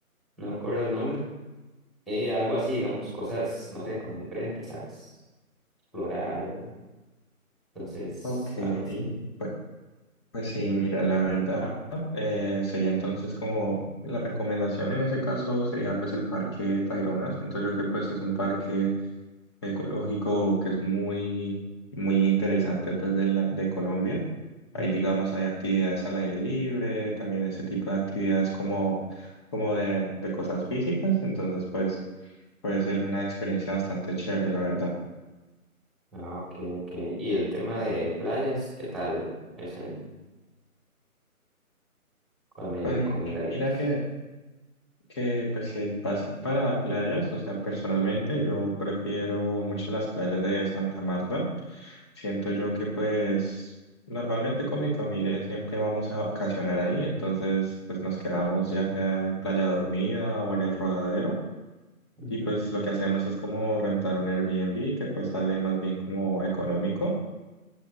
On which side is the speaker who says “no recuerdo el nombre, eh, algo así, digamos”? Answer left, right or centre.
Centre